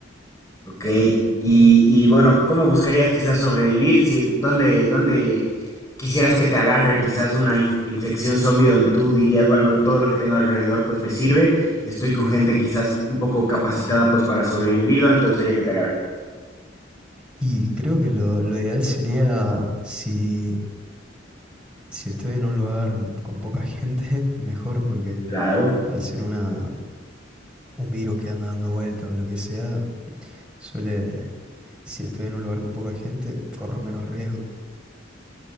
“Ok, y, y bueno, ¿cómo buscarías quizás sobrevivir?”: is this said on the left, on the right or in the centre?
Left